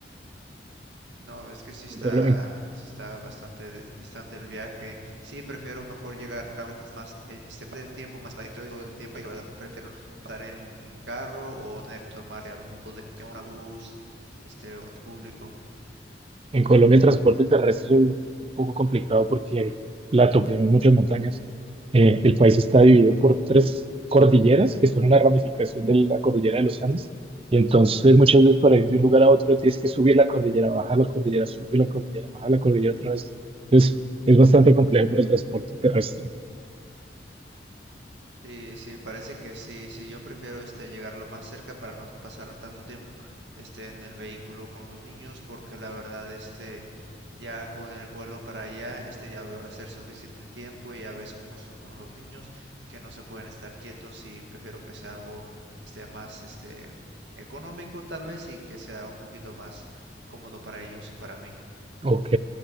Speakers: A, on the right; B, on the right.
A: No, es que sí está,
B: En Colo- en
A: sí está bastante de- distante el viaje. Sí, prefiero mejor llegar a porque es más, este, perder tiempo más que todo el tiempo. Y la verdad, prefiero pasar en carro o tener que tomar algún tipo de un bus, este, o transporte público.
B: En Colombia el transporte terrestre es un poco complicado porque la to- tenemos muchas montañas. Eh, el país está dividido por tres cordilleras que son una ramificación de la cordillera de los Andes. Y entonces muchas veces para ir de un lugar a otro tienes que subir la cordillera, bajar la cordillera, subir la cordillera, bajar la cordillera otra vez. Entonces es bastante complejo para el transporte terrestre.
A: Sí, sí, parece que sí, sí, yo prefiero este llegar lo más cerca para no pasar tanto tiempo este en el vehículo con los niños porque la verdad este ya con el vuelo para allá este ya va a ser suficiente tiempo y ya ves cómo son los niños que no se pueden estar quietos y prefiero que sea algo este más este económico tal vez y que sea un poquito más cómodo para ellos y para mí.
B: Ok.